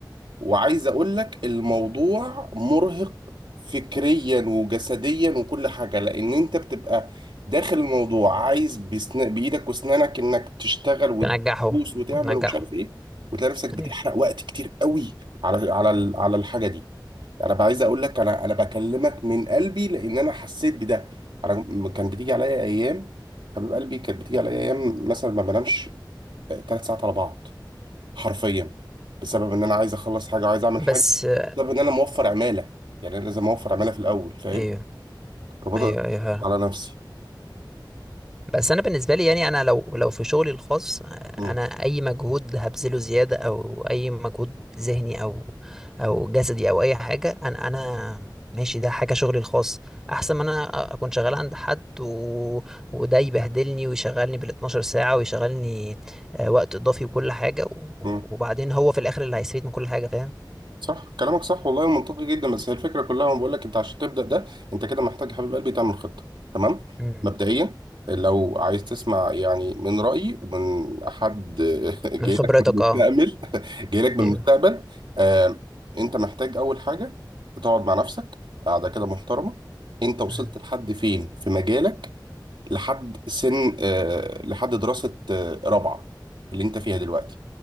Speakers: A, on the right (about 80°); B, in the centre.
A: وعايز اقول لك الموضوع مرهق فكريا وجسديا وكل حاجة لان انت بتبقى داخل الموضوع عايز بسن... بايدك واسنانك انك تشتغل وتدوس
B: تنجحه
A: وتعمل
B: وتنجحه
A: ومش عارف ايه وتلاقي نفسك بتحرق
B: ايوه
A: وقت كتير قوي على على ال- على الحاجة دي انا بقى عايز اقول لك انا انا بكلمك من قلبي لان انا حسيت بده انا م- كان بتيجي عليا ايام حبيب قلبي كانت بتيجي عليا ايام مثلا ما بنامش ثلاث ساعات على بعض حرفيا بسبب ان انا عايز اخلص حاجه وعايز اعمل
B: بس
A: حاجه
B: آه،
A: بسبب ان انا موفر عماله يعني انا لازم اوفر عماله في الاول فاهم
B: ايوه
A: فبضغط
B: ايوه ايوه
A: على نفسي
B: بس انا بالنسبه لي يعني انا لو لو في شغلي الخاص
A: مم.
B: انا اي مجهود هبذله زياده او اي مجهود ذهني او او جسدي او اي حاجه انا انا ماشي ده حاجه شغلي الخاص احسن ما انا اكون شغال عند حد و... وده يبهدلني ويشغلني بال 12 ساعه ويشغلني آه، وقت اضافي وكل حاجه و...
A: مم.
B: وبعدين هو في الاخر اللي هيستفيد من كل حاجه فاهم
A: صح كلامك صح والله منطقي جدا بس هي الفكره كلها انا بقول لك انت عشان تبدا ده انت كده محتاج يا حبيب قلبي تعمل خطه تمام
B: مم.
A: مبدئيا لو عايز تسمع يعني من رايي ومن حد <laughs> جاي
B: من خبرتك
A: لك من المستقبل
B: اه
A: <laughs> جاي لك من
B: ايوه
A: المستقبل آه انت محتاج اول حاجه تقعد مع نفسك قاعده كده محترمه انت وصلت
B: مم.
A: لحد فين في مجالك لحد سن آه لحد دراسه آه رابعه اللي انت فيها دلوقتي